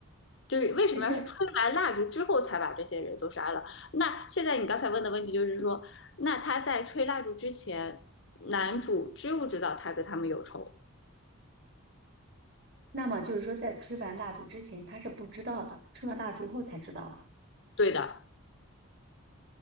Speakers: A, on the left; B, on the right.
A: 就是为什么要是吹完蜡烛之后才把这些人都杀了？
B: 是这，
A: 那现在你刚才问的问题就是说，那他在吹蜡烛之前，男主知不知道他跟他们有仇？
B: 那么就是说，在吹完蜡烛之前，他是不知道的，吹完蜡烛后才知道的。
A: 对的，